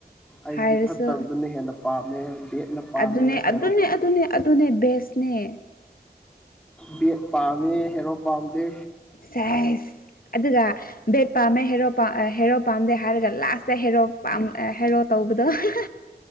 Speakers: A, in the centre; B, on the left (about 60°).
A: ꯑꯩꯗꯤ
B: ꯍꯥꯏꯔꯁꯨ
A: ꯐꯠꯇꯕꯗꯨꯅ ꯍꯦꯟꯅ ꯄꯥꯝꯃꯦ ꯕꯦꯠꯅ ꯄꯥꯝꯃꯦ
B: ꯑꯗꯨꯅꯦ ꯑꯗꯨꯅꯦ
A: ꯍꯦꯔꯣ ꯄꯥꯝꯃꯦ
B: ꯑꯗꯨꯅꯦ ꯑꯗꯨꯅꯦ ꯕꯦꯁ <unintelligible>
A: ꯕꯦꯠ ꯄꯥꯝꯃꯦ ꯍꯦꯔꯣ ꯄꯥꯝꯗꯦ
B: ꯁꯦꯁ ꯑꯗꯨꯒ ꯕꯦꯠ ꯄꯥꯝꯃꯦ ꯍꯦꯔꯣ ꯍꯦꯔꯣ ꯄꯥꯝꯗꯦ ꯍꯥꯏꯔꯒ ꯂꯥꯁꯇ ꯍꯦꯔꯣ ꯄꯥꯝ ꯍꯦꯔꯣ ꯇꯧꯕꯗꯣ <unintelligible>